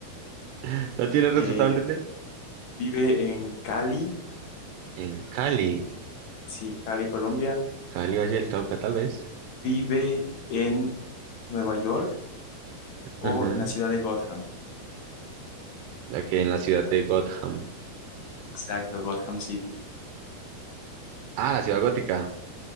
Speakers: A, on the right; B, on the left.
A: <laughs> ¿No tienes
B: Eh,
A: resultado múltiple?
B: ¿vive en Cali?
A: En Cali,
B: Sí, Cali, Colombia.
A: Cali, Valle del Cauca, tal vez.
B: Vive en Nueva York o
A: Ujú.
B: en la ciudad de Gotham.
A: Ok, en la ciudad de Gotham.
B: Exacto, Gotham City.
A: Ah, la ciudad gótica.